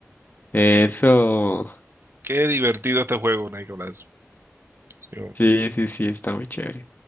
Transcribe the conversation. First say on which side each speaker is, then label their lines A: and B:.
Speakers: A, on the left (about 35°); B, on the right (about 50°).
A: Eso.
B: Qué divertido este juego, Nicolás. Sí.
A: Sí, sí, sí, está muy chévere.